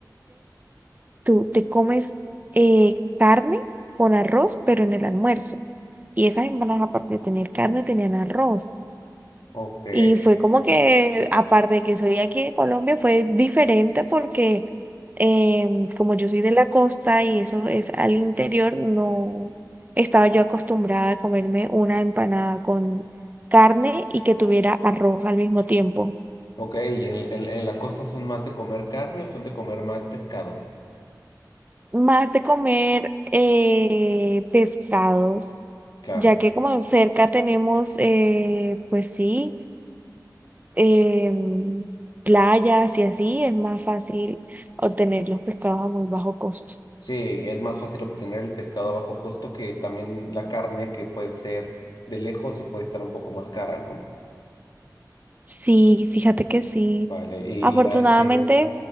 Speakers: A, on the right; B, on the left.
A: tú te comes eh, carne con arroz, pero en el almuerzo. Y esas empanadas, aparte de tener carne, tenían arroz.
B: Ok,
A: Y fue como que, aparte de que soy aquí de Colombia, fue diferente porque em, como yo soy de la costa y eso es al interior, no estaba yo acostumbrada a comerme una empanada con carne y que tuviera arroz al mismo tiempo.
B: ok, ¿y en, en en la costa son más de comer carne o son de comer más pescado?
A: Más de comer eh, pescados,
B: Claro.
A: ya que como cerca tenemos, eh, pues sí. em, playas y así, es más fácil obtener los pescados a muy bajo costo.
B: Sí, es más fácil obtener el pescado a bajo costo que también la carne, que puede ser de lejos o puede estar un poco más cara, ¿no?
A: Sí, fíjate que sí.
B: Vale, y,
A: Afortunadamente,
B: y, ah, sí,